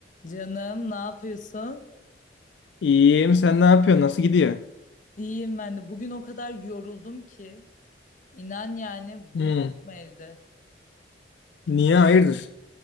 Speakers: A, on the left; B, on the left.
A: Canım ne yapıyorsun?
B: İyiyim. Sen ne yapıyorsun? Nasıl gidiyor?
A: İyiyim ben de. Bugün o kadar yoruldum ki. İnan yani
B: Hmm.
A: bunaldım evde.
B: Niye? Hayırdır?